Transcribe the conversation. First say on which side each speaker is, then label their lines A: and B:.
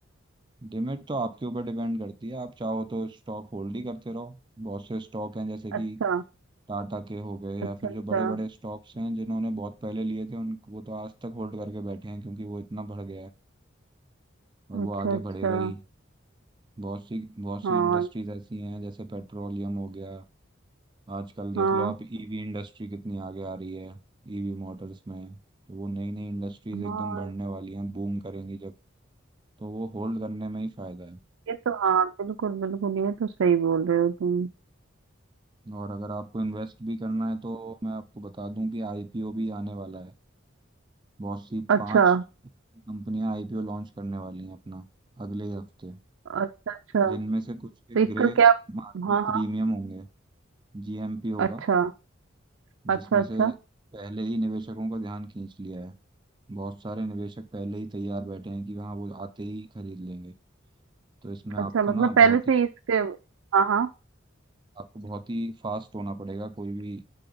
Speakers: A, on the right; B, on the right.
A: लिमिट तो आपके ऊपर डिपेंड करती है आप चाहो तो स्टॉक होल्ड ही करते रहो बहुत से स्टॉक हैं जैसे कि
B: अच्छा
A: टाटा के हो गए या
B: अच्छा
A: फिर
B: अच्छा
A: जो बड़े बड़े स्टॉक्स हैं जिन्होंने बहुत पहले लिए थे उनको वो तो आज तक होल्ड करके बैठे हैं क्योंकि वो इतना बढ़ गया है और वो
B: अच्छा
A: आगे
B: अच्छा
A: बढ़ेगा ही बहुत सी बहुत सी
B: हाँ
A: इंडस्ट्रीज ऐसी हैं जैसे पेट्रोलियम हो गया आजकल देख
B: हाँ
A: लो आप ईवी इंडस्ट्री कितनी आगे आ रही है ईवी मोटर्स में तो वो नई नई इंडस्ट्रीज
B: हाँ
A: एकदम बढ़ने वाली हैं बूम करेंगी जब तो वो होल्ड करने में ही फायदा है
B: ये तो हाँ बिल्कुल बिल्कुल ये तो सही बोल रहे हो तुम
A: और अगर आपको इन्वेस्ट भी करना है तो मैं आपको बता दूं कि आईपीओ भी आने वाला है बहुत सी
B: अच्छा
A: पांच कंपनियां आईपीओ लॉन्च करने वाली हैं अपना अगले ही हफ्ते
B: अच्छा अच्छा
A: जिनमें से कुछ
B: तो
A: के
B: इसका
A: ग्रे
B: क्या
A: मार्केट
B: हाँ हाँ
A: प्रीमियम होंगे जीएमपी होगा
B: अच्छा अच्छा
A: जिसमें
B: अच्छा
A: से पहले ही निवेशकों का ध्यान खींच लिया है बहुत सारे निवेशक पहले ही तैयार बैठे हैं कि हाँ वो आते ही खरीद लेंगे तो इसमें
B: अच्छा
A: आपको
B: मतलब
A: ना
B: पहले
A: बहुत
B: से
A: ही
B: इसके हाँ हाँ
A: आपको बहुत ही फास्ट होना पड़ेगा कोई भी